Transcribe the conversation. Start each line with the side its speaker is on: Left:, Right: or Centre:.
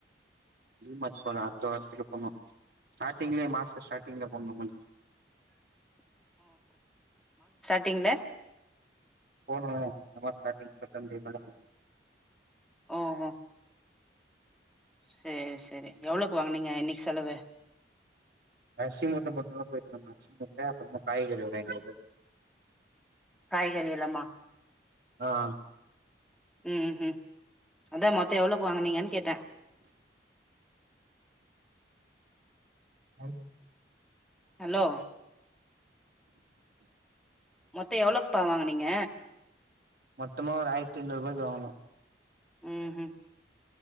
Right: டீமார்ட் போல அடுத்த வாரத்துக்கு போனும் ஸ்டாடிங்லையே மாச ஸ்டாடிங்ல போனோம்
Centre: ஸ்டாடிங்ல
Right: போணோம் அமா ஸ்டாண்டில் பத்தாந்தேதி மேல
Centre: ஓஹா சேரி சேரி எவ்வளவுக்கு வாங்னீங்க இன்னைக்கு செலவு
Right: அரிசி மூட்ட மட்டும் தான் போய்டு வந்தோம் அரிசி மூட்ட அப்பறம் காய்கறி ஒரு ஐநூறுபாய்க்கு
Centre: காய்கறி எல்லாமா
Right: ஆஹ்
Centre: உம் ஹம் அதான் மொத்தம் எவ்வளவுக்கு வாங்கனீங்கன்னு கேட்டேன்
Right: ஹ
Centre: ஹலோ மொத்தம் எவ்ளோக்பாவாங் நீங்க
Right: மொத்தமாக ஒரு ஆயிரத்து ஐய்நூறுரூபாய்க்கு வாங்ணோ
Centre: உஹம் உஹம்